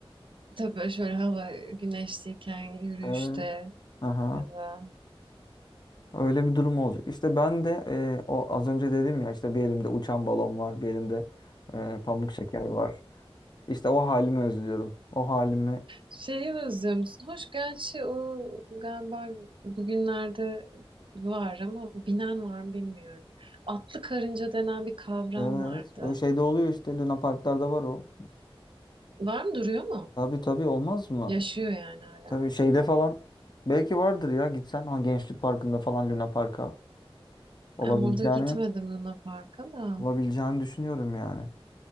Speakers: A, on the right (about 60°); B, on the left (about 45°).
A: Tabii böyle şöyle hava güneşliyken yürüyüşte
B: Evet. Aha.
A: ya da
B: Öyle bir durum olacak. İşte ben de e, o az önce dedim ya işte bir elimde uçan balon var, bir elimde e, pamuk şeker var. İşte o halimi özlüyorum. O halimi.
A: şeyi özlüyor musun? Hoş gerçi o galiba bugünlerde var ama binen var mı bilmiyorum. Atlı karınca denen bir kavram
B: Evet.
A: vardı.
B: O şeyde oluyor işte Luna Parklarda var o.
A: Var mı duruyor mu?
B: Tabii tabii olmaz mı?
A: Yaşıyor yani hala.
B: Tabii şeyde falan belki vardır ya gitsen ha, Gençlik Parkı'nda falan Luna Park'a. Olabileceğini,
A: E, orada gitmedim Luna Park'a da.
B: olabileceğini düşünüyorum yani.